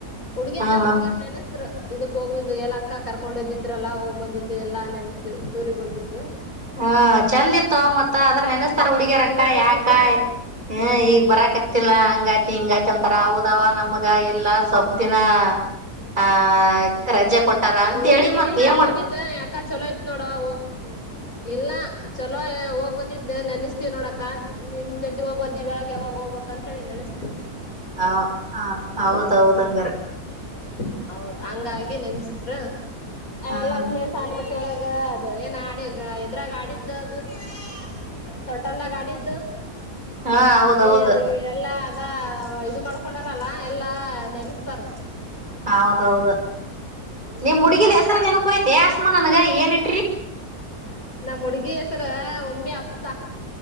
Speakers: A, on the left; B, on the right.
A: ಹುಡುಗರ್
B: ಹ
A: ನಮ್
B: ಹ
A: ಹುಡುಗರ್ ನೆನೆಸ್ರು ಇದಕ್ ಹೋಗಿಂದು ಎಲ್ಲ ಅಕ್ಕ ಕರ್ಕೊಂಡದಿದ್ರಲ್ಲಾ ಹೋಗ ಬಂದಿದ್ದು ಎಲ್ಲಾ ನೆನ್ಸಿದ್ದ ಟೂರಿಗೆ ಹೋಗಿದ್ದು
B: ಹೂ ಚಂದ ಇತ್ತು ಮತ್ತ ಅದ್ರ ನೆನೆಸ್ತಾರ
A: ಹಾ
B: ಹುಡ್ಗಿರಕ್ಕಿ
A: ಪಿಗ್ನಿಕ್ ಹೋಗಿದ್ದ
B: ಯಾಕಾಯ ಹ ಈಗಗ್ ಬರಕತ್ತಲ್ಲಾ ಹಂಗಾತಿ ಹಿಂಗತಿ ಅಂತಾರ ಹೌದವ್ವ ನಮಗ ಇಲ್ಲ ಸ್ವಪ್ಪ ದಿನ ಆ ರಜೆ ಕೊಟ್ಟಾರ
A: ಹಂಗ
B: ಅಂತೇಳಿ
A: ಏನು ಕೇಳಿಲ್ಲ
B: ಮತ್ ಏನ್ ಮಾಡ್ತ
A: ಹೋಗಿದ್ದ ಯಾಕ ಚಲೋ ಇತ್ ನೋಡವ್ವ ಇಲ್ಲ ಚಲೋ ಹೋಗ್ ಬಂದಿದ್ದ ನೆಸ್ತೀವ ನೋಡಕ್ಕ ನಿಮ್ ಜೊತೆ ಹೋಗ್ ಬಂದಾಗ ಯಾವಾಗ ಹೋಗ್ಬ ಕಂತಳೆ ನಡೆಸ್ತು
B: ಹಾ ಹ ಹೌದೌದ್ ಹಂಗಾರೆ
A: ಹೂ ಹೌದ ಹಂಗಾಗಿ ನೆನ್ಸಿದ್ರಲ್ಲಾ
B: ಹ್ಮ್
A: ಪ್ಲೇಸ್ ಆಲಮಟ್ಟಿ ಒಳಗ ಹ ಅದು ಏನ್ ಆಡಿಗ ಎದ್ರಾಗ ಆಡಿದ್ದು ಅದು <inaudible> ತೊಟಲ್ಲಾಗ ಆಡಿದ್ದು
B: ಹ ಹೌದೌದು
A: ನೀ ಅದು ಎಲ್ಲ ಅದ ಇದು ಮಾಡ್ಕೊಂಡಾರಲ್ಲ ಎಲ್ಲಾ ನೆನಸ್ತಾರ
B: ಹೌದೌದು
A: ಹ್ಮ್
B: ನಿಮ್
A: ಹಂಗಾಗಿ
B: ಹುಡುಗಿದ್ ಹೆಸರು ನೆನಪುಯ್ತಿ ಆಸ್ಮಾ ನನ್ಗ ಏನ್ ಇ
A: ನಮ್ಮ ಹುಡ್ಗಿ ಹೆಸರ ಉಮ್ಮೆ ಅಫ್ಸ.